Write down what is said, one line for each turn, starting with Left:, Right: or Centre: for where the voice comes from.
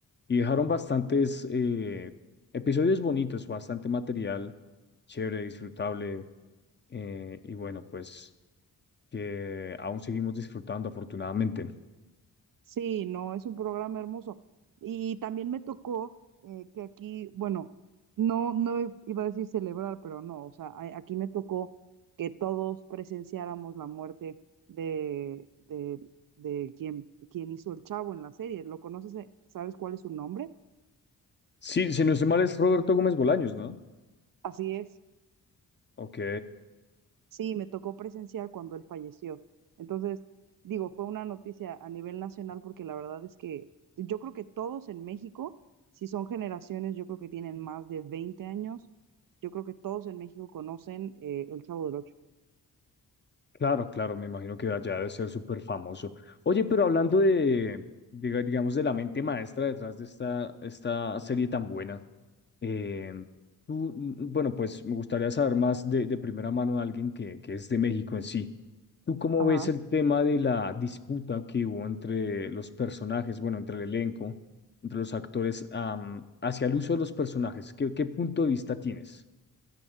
Left: y dejaron bastantes eh, episodios bonitos, bastante material, chévere, disfrutable eh, y bueno, pues que aún seguimos disfrutando afortunadamente.
Right: Sí, no, es un programa hermoso. Y también me tocó eh, que aquí, bueno, no, no iba a decir celebrar, pero no, o sea, a- aquí me tocó que todos presenciáramos la muerte de, de, de quien, quien hizo el chavo en la serie. ¿Lo conoces? eh? ¿Sabes cuál es su nombre?
Left: Sí, si no estoy mal es Roberto Gómez Bolaños, ¿no?
Right: Así es.
Left: Ok.
Right: Sí, me tocó presenciar cuando él falleció. Entonces, digo, fue una noticia a nivel nacional porque la verdad es que yo creo que todos en México, si son generaciones, yo creo que tienen más de 20 años, yo creo que todos en México conocen eh, El Chavo del Ocho.
Left: Claro, claro, me imagino que allá debe ser súper famoso. Oye, pero hablando de, diga- digamos, de la mente maestra detrás de esta, esta serie tan buena, eh, tú, mm, bueno, pues me gustaría saber más de, de primera mano de alguien que, que es de México en sí. ¿Tú cómo
Right: Ajá.
Left: ves el tema de la disputa que hubo entre los personajes, bueno, entre el elenco, entre los actores, am, hacia el uso de los personajes? ¿Qué, qué punto de vista tienes?